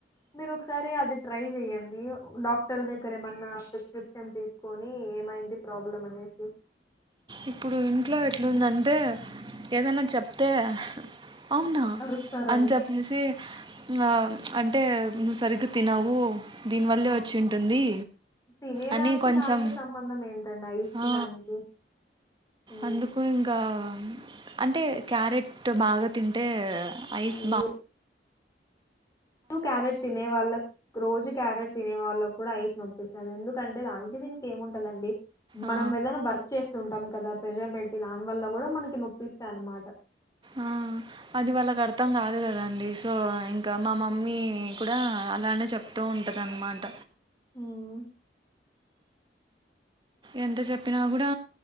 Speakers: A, on the left; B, on the right.
A: మీరు ఒకసారి అది ట్రై చేయండి. డాక్టర్ దగ్గర ఏమన్నా ప్రిస్క్రిప్షన్ తీసుకొని ఏమైంది ప్రాబ్లం అనేసి
B: ఇప్పుడు ఇంట్లో ఎట్లుందంటే ఏదైనా చెప్తే అవునా
A: అరుస్తారా
B: అని
A: అండి?
B: చెప్పేసి వా అంటే నువ్వు సరిగ్గా తినవు దీనివల్లే
A: అవును.
B: వచ్చి ఉంటుంది
A: తినేదానికి
B: అని కొంచెం
A: దానికి సంబంధం ఏంటండి ఐస్‌కి
B: అ
A: దానికి. హ్మ్.
B: అందుకు ఇంకా అంటే క్యారెట్ బాగా తింటే యిస్
A: అయ్యో!
B: బా
A: క్యారెట్ తినే వాళ్ళ రోజు క్యారెట్ తినే వాళ్ళ కూడా ఐస్ నంపిస్తాందు కంటే దానికి దీనికి ఏమి ఉంటదండి
B: ఆ!
A: మనం ఏదైనా వర్క్ చేస్తుంటాం కదా ప్రెషర్ బ దాని వల్ల కూడా మనకి నొప్పిస్తాయి అనమాట
B: ఆ అది వాళ్ళకు అర్థం కాదు కదండి సో ఇంకా మా మమ్మీ కూడా అలానే చెప్తూ ఉంటంది అన్నమాట
A: ఉమ్
B: ఎంత చెప్పినా కూడా